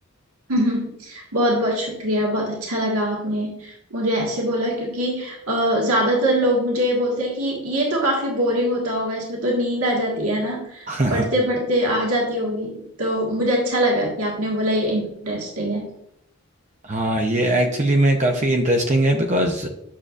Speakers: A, on the right; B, on the right.
A: हम्म, बहुत बहुत शुक्रिया बहुत अच्छा लगा आपने मुझे ऐसे बोला क्योंकि अ, ज्यादातर लोग मुझे ये बोलते हैं कि ये तो काफी बोरिंग होता होगा इसमें तो नींद आ जाती है ना
B: <laughs>
A: पढ़ते पढ़ते आ जाती होगी तो मुझे अच्छा लगा कि आपने बोला ये इंटरेस्टिंग है
B: हाँ ये एक्चुअली में काफ़ी इंटरेस्टिंग है बिकॉज